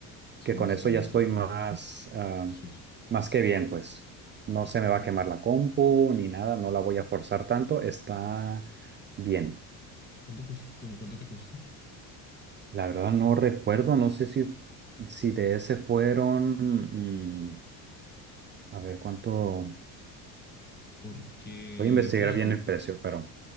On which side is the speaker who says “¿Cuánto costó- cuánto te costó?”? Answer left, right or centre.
Left